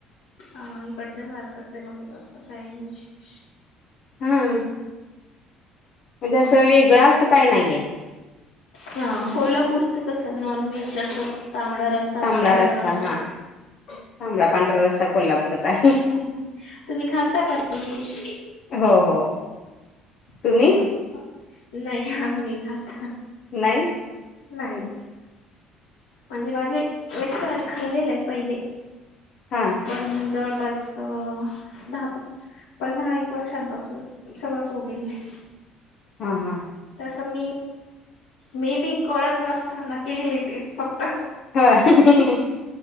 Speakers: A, on the left; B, on the left.
A: हा इकडच्या सारखंच आहे मग असं काही नाही विशेष.
B: हम्म, म्हणजे अस वेगळ अस काय नाहीये.
A: हा, कोल्हापूरचं कसं नॉन व्हेज असं तांबडा रस्सा.
B: तांबडा
A: पांढरा
B: रसा
A: रस्सा
B: हा, तांबडा पांढरा रस्सा. कोल्हापूरचा,
A: ह ह तुम्ही खाता का नॉनव्हेज
B: हो हो. तुम्ही
A: हं हं नाही आम्ही नाही खात.
B: नाही
A: नाही म्हणजे, माझे मिस्टरानी खाल्लेलं आहे पहिले.
B: हां.
A: पण जवळपास दहा, पण दहा एक वर्षानपासून सगळं सोडलेलं ये.
B: हा हा.
A: तसं मी, मे बी कळत नसताना केलेली टेस्ट फक्त.
B: ह